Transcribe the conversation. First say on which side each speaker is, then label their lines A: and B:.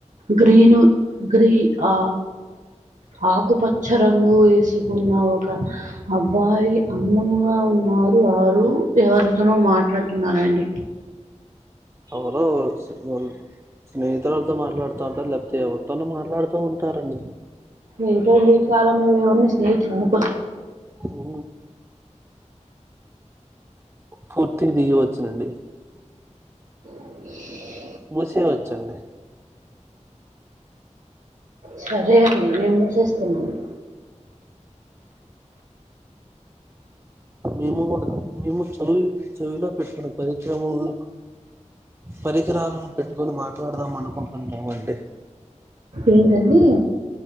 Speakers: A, on the right; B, on the right.
A: గ్రీను గ్రీ ఆ ఆకుపచ్చ రంగు వేసుకున్న ఒక అబ్బాయి అందముగా ఉన్నారు వారు ఎవరితోనో మాట్లాడుతున్నారండి
B: ఓహో శుభం స్నేహితులతో మాట్లాడతా ఉంటరు లేకపోతే ఎవరితోనో మాట్లాడతా ఉంటారండి
A: ఏంటో ఈ కాలంలో ఎవరిని స్నేహితులు అనుకోరు
B: ఊ పూర్తిగా దిగివచ్చునండి
A: <inaudible>
B: మూసేయ్ వచ్చండి
A: సరే అండి నేను మూసేస్తున్నాను
B: మేము కూడా మేము చదువు చదువులో పెట్టిన పరికారములను పరికరాలను పెట్టుకుని మాట్లాడదాం అనుకుంటున్నామండి
A: ఏంటండీ